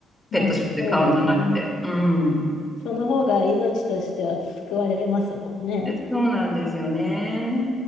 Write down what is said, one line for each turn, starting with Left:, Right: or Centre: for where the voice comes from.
Left: まあ、
Centre: ペットショップで飼うんじゃなくて。
Left: そうですね。
Centre: うん。
Left: その方が命としては救われますもんね。
Centre: でそうなんですよね。